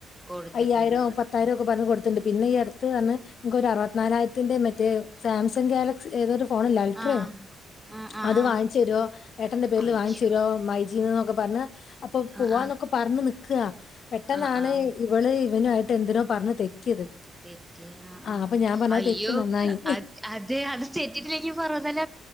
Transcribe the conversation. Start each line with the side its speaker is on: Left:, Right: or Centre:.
Centre: കൊടുത്തിട്ടുണ്ട്
Left: അയ്യായിരം
Centre: വെറുതെ
Left: പത്തായിരൊക്കെ പറഞ് കൊട്ത്ത് ത്ത്ണ്ട് പിന്നെഈ അടുത്ത് പറഞ്. ഇൻക്കൊരു അറുപത്തിനാലായിരത്തിന്റെ മറ്റേ സാംസംഗ് ഗാലക്സി ഏതോരു ഫോണില്ല അൾട്രേയാ
Centre: ആ ആ ആ
Left: അത്
Centre: ആ
Left: വാ ചേരോ ഏട്ടന്റെ പേര്ല്
Centre: അയ്യോ
Left: വാങ്ങിചെരോ. മൈജീന്നൊക്കെ പറഞ് അപ്പൊ പോവാന്നൊക്കെ
Centre: ആ ആ
Left: പറഞ് നിക്കാ പെട്ടെന്നാണ്
Centre: ആ ആ
Left: ഇവള് ഇവ ന്വായിട്ട് എന്തിനോ പറഞ് തെറ്റിയത്.
Centre: തെറ്റി ആഹ്
Left: ആ
Centre: അഹ്.
Left: അപ്പൊ ഞാൻ പറഞ്ഞത്
Centre: അയ്യോ
Left: തെറ്റി നന്നായി
Centre: അത് അതേ അത് തെറ്റിട്ടില്ലെങ്കി പറഞതെല്ല